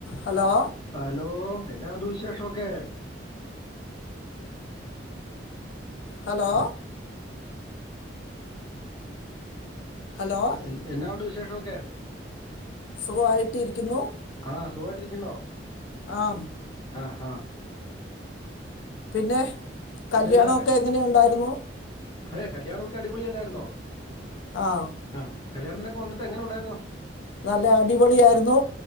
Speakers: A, on the left; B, on the left.
A: Hello
B: hello, എന്നാ ഉണ്ട് വിശേഷൊക്കെ
A: ഹലോ ഹലോ
B: അ എന്നാ ഉണ്ട് വിശേഷോക്കെ
A: സുഘായിട്ടിരിക്കുന്നു.
B: ആഹ്. സുഖയിട്ടിരിക്കുന്നോ
A: ആഹ്
B: ആഹ് ഹ
A: പിന്നെ കല്യാണോക്കെ
B: എന്നാ ക-
A: എങ്ങനെ ഉണ്ടായിരുന്നു.
B: ഏ കല്യാണോക്കെ അടിപൊളി അല്ലായിരുന്നോ
A: ആഹ്
B: ആഹ് കല്യാണത്തിനൊക്കെ വന്നിട്ട് എങ്ങനെണ്ടായിരുന്നു
A: നല്ല അടിപൊളി ആയിരുന്നു